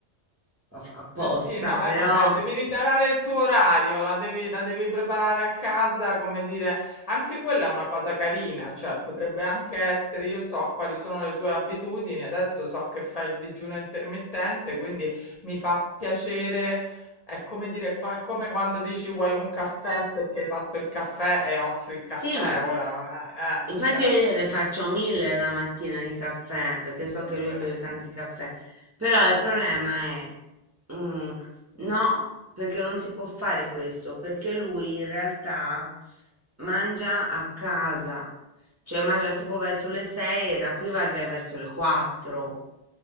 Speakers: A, on the right; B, on the left.
A: a- apposta,
B: Eh sì, no,
A: però.
B: e vabbè, devi ritarare il tuo orario, la devi, la devi preparare a casa, come dire, anche quella è una cosa carina, cioè potrebbe anche essere, io so quali sono le tue abitudini, adesso so che fai il digiuno intermittente, quindi mi fa piacere, è come dire, qua- è come quando dici vuoi un caffè perché hai fatto il caffè e offri il caffè,
A: Sì, ma
B: ora, eh, eh,
A: infatti
B: cioè,
A: io gliene faccio mille la mattina di caffè, perché
B: <laughs>
A: so che lui beve tanti caffè, però il problema è, mm, no, perché non si può fare questo, perché lui in realtà mangia a casa, cioè mangia tipo verso le 6 e da qui va via verso le 4,